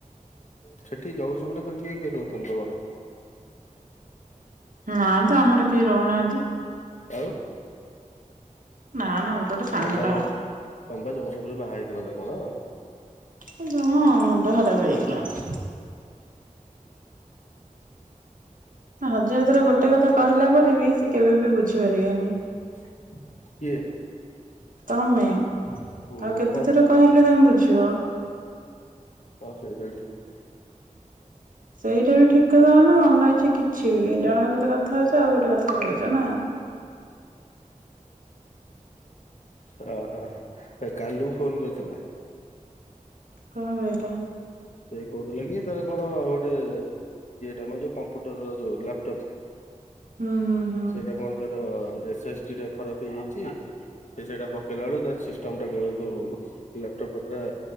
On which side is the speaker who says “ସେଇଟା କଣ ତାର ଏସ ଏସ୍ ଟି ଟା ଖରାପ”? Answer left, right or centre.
Left